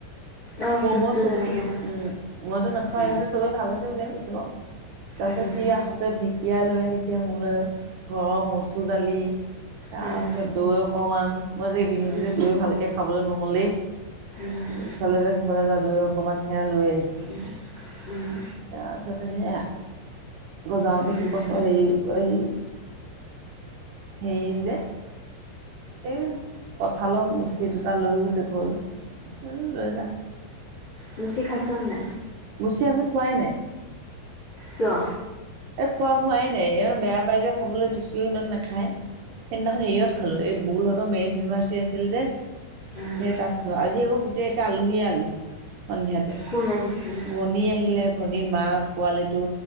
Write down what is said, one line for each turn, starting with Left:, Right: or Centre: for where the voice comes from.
Left: অঁ চুপটো
Right: ম চতো
Left: যেনেকে বনাই
Right: উম মইতো নাখাওঁ
Left: উম
Right: ইহঁতে চবে ভাল হৈছে বুলিয়ে কৈছো। <inaudible> তাৰপিছত
Left: উম
Right: সি আহোতে ধিক কিয় লৈ আহিছ মোৰলৈ ঘৰৰ মচুৰ দালি তাৰপিছত
Left: উম
Right: দৈ অকমান মই যে বিহুকেইদিন
Left: উম
Right: দৈ ভালকে খাবলৈ নহলেই
Left: উম
Right: ইফালে যোৱা সিফালে যোৱা দৈ অকমান সেয়া লৈ আহিছো।
Left: উম উম,
Right: তাৰপিছতে সেয়া আকৌ যাওঁতে
Left: উম,
Right: সি পচ হেৰি এই হেৰি যে এই কঠালৰ মুচি দুটা লৈও গৈছে ঘৰলৈ লৈ যা
Left: মচি খাইচনে নাই?
Right: মুচি আমি খোৱাই নাই।
Left: কিয়?
Right: এই খোৱা হোৱাই নাই বেয়া পাই যে খাবলৈ দিছিও ইমান নাখায়। সেইদিনাখন হেৰিয়ত খালো এই বুলহঁতৰ মেৰিজ ইউনিভাৰ্চিটি আছিল যে
Left: উম,
Right: সেই তাত খালো আজি আকৌ গোটেইে আলহীয়ে আলহী সন্ধিয়াতে
Left: কোন আহিছিলে?
Right: ভনী আহিলে। ধনী মা, ‌ পোৱালিটো,